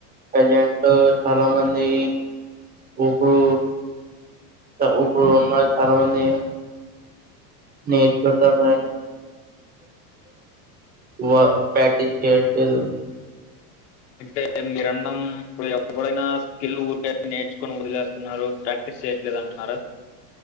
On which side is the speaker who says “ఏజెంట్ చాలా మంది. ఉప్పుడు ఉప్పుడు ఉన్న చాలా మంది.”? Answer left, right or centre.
Right